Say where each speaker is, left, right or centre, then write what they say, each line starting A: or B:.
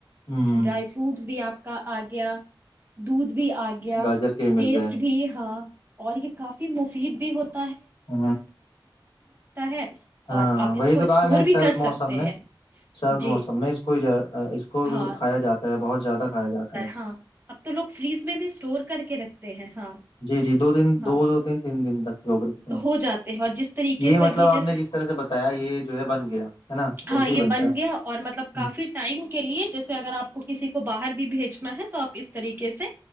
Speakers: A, on the left; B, on the right.
A: ہوں
B: ڈرائی فروٹس بھی آپ کا آج گیا دودھ بھی آ گیا
A: گاجر کے مل
B: ٹیسٹ
A: گئے
B: بھی ہاں اور یہ کافی مف خریید بھی ہوتی
A: ہ
B: ہے
A: ہاں
B: اور آپ
A: وہی
B: اس کو
A: تو
B: اسٹور
A: کہا میں سرد
B: بھی کر سکتے
A: موسم میں
B: ہیں
A: سرد
B: جی
A: موسم میں اس کو اس کو
B: ہاں
A: کھایا جاتا ہے بہت زیادہ کھایا جاتا ہے
B: ہاں اب تو لوگ فریز میں بھی اسٹور کر کے رکھتے ہیں ہاں
A: جی جی دو دن
B: ہاں
A: دو بول ہوتے ہیں تین دن تک لوگ رکھتے ہیں
B: ہو جاتے ہیں اور جس طریقے
A: یہ
B: سے
A: مطلب
B: ابھی جیسے
A: آپ نے جس طرح سے بتایا یہ جو ہے بن گیا ہے نا ایسے
B: ہاں یہ
A: ہی بنتا
B: بن گیا اور مطلب
A: ہے
B: کافی ٹائم کے لیے جیسے اگر آپ کو کسی کو باہر بھی بھی بھیجنا ہے تو آپ کو اس طریقے سے